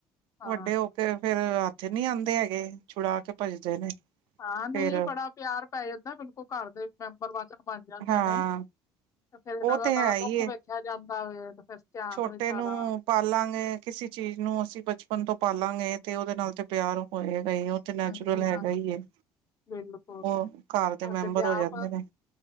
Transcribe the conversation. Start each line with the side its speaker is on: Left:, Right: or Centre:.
Left: ਹਾਂ
Right: ਵੱਡੇ ਹੋਕੇ ਫਿਰ ਥੇ ਨੀ ਆਉਂਦੇ ਹੈਗੇ, ਛੁੜਾਕੇ ਭੱਜਦੇ ਨੇ।
Left: ਹਾਂ, ਨਹੀਂ
Right: ਫੇਰ
Left: ਬੜਾ ਪਿਆਰ ਪੈ ਜਾਂਦਾ। ਬਿਲਕੁਲ ਘਰ ਦੇ ਮੈਂਬਰ ਵਾਂਗ। ਬਣ ਜਾਂਦੇ
Right: ਹਾਂ
Left: ਨੇ, ਤੇ ਫਿਰ ਇਹਨਾਂ
Right: ਉਹ
Left: ਦਾ
Right: ਤੇ ਹੈ
Left: ਨਾਂ
Right: ਹੀ
Left: ਦੁੱਖ
Right: ਏ।
Left: ਵੇਖਿਆ ਜਾਂਦਾ ਵੇ ਫਿਰ ਧਿਆਨ
Right: ਛੋਟੇ
Left: ਵੀ ਸਾਰਾ
Right: ਨੂੰ ਪਾਲਾਂਗੇ ਕਿਸੇ ਚੀਜ਼ ਨੂੰ ਅਸੀਂ ਬਚਪਨ ਤੋਂ ਪਾਲਾਂਗੇ ਤੇ ਓੱਦੇ ਨਾਲ ਤੇ ਪਿਆਰ ਹੋਏਗਾ ਈ ਨੈਚੁਰਲ
Left: ਹਾਂਜੀ
Right: ਹੈਗਾ
Left: ਹਾਂਜੀ
Right: ਈ ਏ,
Left: ਬਿਲਕੁਲ
Right: ਓ ਘਰ
Left: ਸਾਡੇ
Right: ਦੇ ਮੈਂਬਰ
Left: ਤੇ
Right: ਹੋ
Left: ਆਪ
Right: ਜਾਂਦੇ ਨੇ।